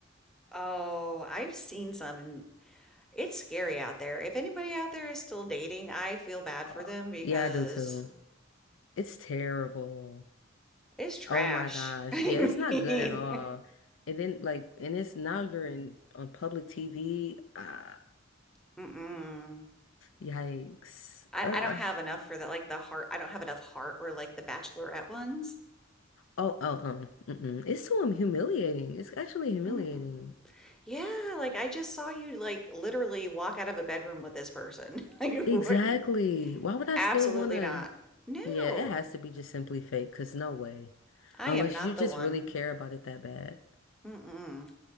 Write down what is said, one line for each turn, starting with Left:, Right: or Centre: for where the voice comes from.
Centre: oh, I've seen some and it's scary out there. If anybody out there is still dating, I feel bad
Left: Oh,
Centre: for them because
Left: yeah, I do too. It's terrible.
Centre: It's trash.
Left: Oh my gosh.
Centre: <laughs> I
Left: Yeah,
Centre: mean,
Left: it's not good at all. And then like, and it's now you're in on public TV. Ah,
Centre: <laughs> mm-mm.
Left: yikes.
Centre: I,
Left: Uh,
Centre: I don't have enough for that. Like the heart, I don't have enough heart or like the bachelorette ones.
Left: oh, oh, oh. Mm-mm. It's so humiliating. It's actually humiliating.
Centre: Mm-mm. Yeah, like I just saw you like literally walk out of a bedroom with this person. <laughs> You
Left: Exactly.
Centre: wouldn't.
Left: Why would I
Centre: Absolutely
Left: still wanna?
Centre: not. No,
Left: Yeah, it has to be just simply fake, because no way.
Centre: I
Left: Unless
Centre: am not
Left: you
Centre: the
Left: just
Centre: one.
Left: really care about it that bad.
Centre: Mm-mm.